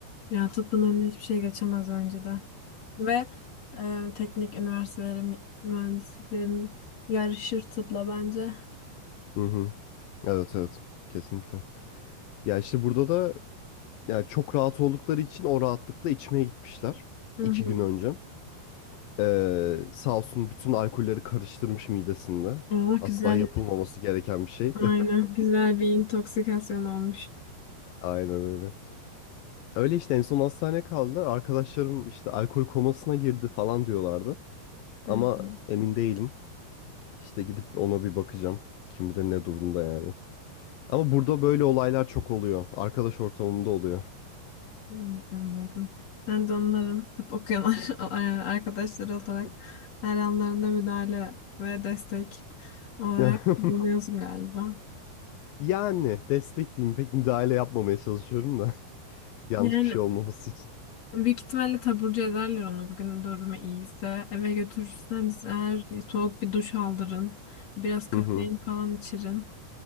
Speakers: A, on the left; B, on the left.
A: Ya tıbbın önüne hiçbir şey geçemez bence de. Ve e, teknik üniversitelerin mühendisliklerin yarışır tıpla bence.
B: Hı hı. Evet evet kesinlikle. Ya işte burada da ya çok rahat oldukları için o rahatlıkla içmeye gitmişler.
A: Hı
B: iki
A: hı.
B: gün önce. Ee, sağ olsun bütün alkolleri karıştırmış midesinde.
A: Aa, güzel.
B: Asla yapılmaması gereken bir şey.
A: Aynen. Güzel bir intoksikasyon olmuş.
B: <laughs> Aynen öyle. Öyle işte en son hastaneye kaldılar. Arkadaşlarım işte alkol komasına girdi falan diyorlardı. Ama
A: Hı hı.
B: emin değilim. İşte gidip ona bir bakacağım. Kim bilir ne durumda yani. Ama burada böyle olaylar çok oluyor. Arkadaş ortamında oluyor.
A: Hı, Anladım. Ben de onların tıp okuyan <laughs> arkadaşları olarak her anlarında müdahale ve destek olarak
B: <laughs>
A: bulunuyorsun galiba.
B: Yani destek Pek müdahale yapmamaya çalışıyorum da. <laughs> Yanlış
A: Yani
B: bir şey olmaması için.
A: büyük ihtimalle taburcu ederler onu bugün durumu iyiyse. Eve götürürseniz eğer soğuk bir duş aldırın. Biraz kafein
B: Hı hı.
A: falan içirin.